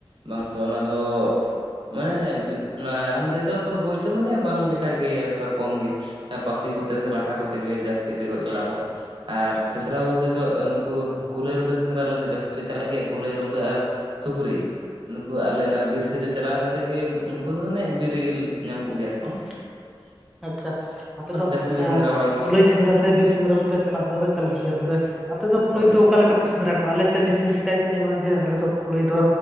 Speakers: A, on the right; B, in the centre.
A: ᱵᱟᱝ ᱫᱚ ᱚᱱᱟᱫᱚ ᱾ ᱢᱟᱱᱮ ᱚᱱᱟ ᱨᱟᱱ ᱛᱮᱫᱚ ᱜᱚᱡ ᱫᱚ ᱢᱟᱱᱮ ᱵᱟᱝ ᱞᱮᱠᱟᱜᱮ ᱚᱱᱠᱟ ᱠᱚᱢ ᱜᱮ ᱾ ᱯᱟᱥᱤ ᱠᱚᱛᱮ ᱥᱮ ᱞᱟᱴᱷᱟ ᱠᱚᱛᱮ ᱜᱮ ᱡᱟᱹᱥᱛᱤ ᱞᱮ ᱜᱚᱡ ᱵᱟᱲᱟ ᱠᱚᱣᱟ ᱾ ᱟᱨ ᱥᱮᱸᱫᱽᱨᱟ ᱵᱚᱞᱛᱮ ᱫᱚ ᱱᱩᱠᱩ ᱠᱩᱞᱟᱹᱭ ᱨᱩᱰᱟᱹ ᱥᱮᱸᱫᱽᱨᱟ ᱟᱞᱮ ᱫᱚ ᱡᱟᱹᱥᱛᱤ ᱞᱮ ᱪᱟᱞᱟᱜ ᱜᱮᱭᱟ ᱠᱩᱞᱟᱹᱭ ᱨᱩᱰᱟᱹ ᱟᱨ ᱥᱩᱠᱨᱤ ᱾ ᱱᱩᱠᱩ ᱟᱞᱮ ᱚᱱᱟ ᱵᱤᱨ ᱥᱮᱨ ᱨᱮ ᱪᱟᱞᱟᱣ ᱠᱟᱛᱮ ᱜᱮ ᱩᱱᱠᱩ ᱫᱚ ᱢᱟᱱᱮ ᱵᱤᱨᱤᱜᱤᱞ ᱧᱟᱢᱚᱜ ᱜᱮᱭᱟ ᱠᱚ ᱾
B: <inaudible> ᱟᱪᱪᱷᱟ ᱟᱯᱮ ᱫᱚ
A: ᱡᱟᱹᱥᱛᱤ
B: ᱮᱸ
A: ᱞᱮ ᱥᱮᱸᱫᱽᱨᱟ ᱵᱟᱲᱟ ᱠᱚᱣᱟ
B: ᱠᱩᱞᱟᱹᱭ ᱥᱮᱸᱫᱽᱨᱟ ᱥᱮ ᱵᱤᱨ ᱥᱮᱸᱫᱽᱨᱟ ᱫᱚᱯᱮ ᱪᱟᱞᱟᱜ ᱫᱚᱯᱮ ᱪᱟᱞᱟᱜ ᱜᱮᱭᱟ ᱛᱚᱵᱮ ᱾ ᱟᱯᱮ ᱫᱚ ᱠᱩᱞᱟᱹᱭ
A: ᱦᱳᱭ
B: ᱫᱚ ᱚᱠᱟ ᱞᱮᱠᱟᱯᱮ ᱥᱮᱸᱫᱽᱨᱟ ᱠᱚᱣᱟ ᱟᱞᱮ ᱥᱮᱫ ᱵᱤᱥᱮᱥ ᱠᱟᱭᱛᱮ ᱧᱮᱞᱚᱜᱼᱟ ᱡᱮ ᱟᱞᱮ ᱫᱚ ᱠᱩᱞᱟᱹᱭ ᱫᱚ